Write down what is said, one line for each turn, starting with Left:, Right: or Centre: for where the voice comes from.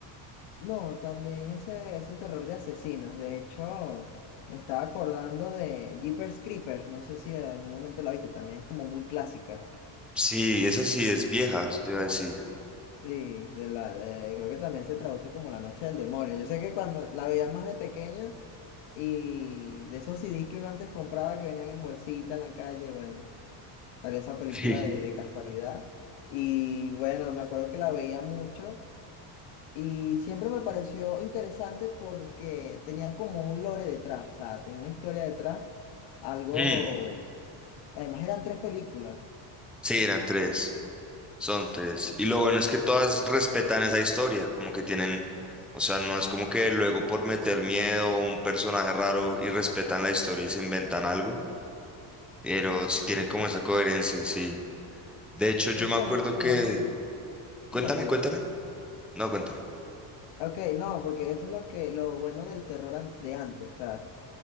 Left: No, también ese, ese terror de asesinos. De hecho, me estaba acordando de Jeepers Creepers. No sé si en algún momento la viste. También es como muy clásica.
Centre: Sí, esa sí es vieja, eso te iba a decir.
Left: Sí, de la, de- creo que también se traduce como La Noche del Demonio. Yo sé que cuando la veía más de pequeño y de esos c CDs que uno antes compraba que venían en bolsita en la calle, bueno, salía esa película
Centre: Sí.
Left: de, de casualidad. Y bueno, me acuerdo que la veía mucho. Y siempre me pareció interesante porque tenía como un lore detrás, o sea, tenía una historia detrás, algo...
Centre: Mm,
Left: Además eran tres películas.
Centre: sí, eran tres. Son tres. Y lo bueno es que todas respetan esa historia, como que tienen, o sea, no es como que luego por meter miedo o un personaje raro y respetan la historia y se inventan algo, pero sí tiene
Left: Exacto.
Centre: como esa coherencia, sí. De hecho, yo
Left: Eso
Centre: me
Left: también
Centre: acuerdo
Left: es
Centre: que...
Left: lo bueno.
Centre: Cuéntame,
Left: Dígame, dígame.
Centre: cuéntame. No, cuéntame.
Left: Ok, no, porque eso es lo que, lo bueno del terror an- de antes. O sea,